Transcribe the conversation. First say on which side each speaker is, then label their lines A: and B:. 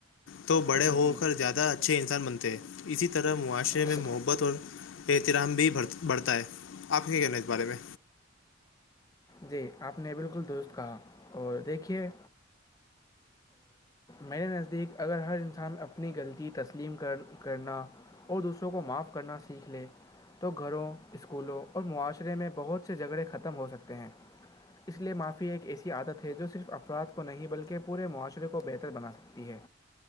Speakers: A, on the left; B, on the left.
A: تو بڑے
B: جی
A: ہو
B: جی
A: کر زیادہ اچھے انسان بند تھ اسی طرح معاشرے میں
B: جی
A: محبت اور احترام بھی بڑھتا ہے آپ کیا کہنا ہے اس بارے میں
B: جی آپ نے بالکل درست کہا اور دیکھیے میرے نزدیک اگر ہر انسان اپنی غلطی تسلیم کر کرنا اور دوسروں کو معاف کرنا سیکھ لے تو گھروں اسکولوں اور معاشرے میں بہت سے جھگڑے ختم ہو سکتے ہیں اس لے معافی ایک ایسی عادت ہے جو صرف افراد کو نہیں بلکہ پورے معاشرے کو بہتر بنا سکتی ہے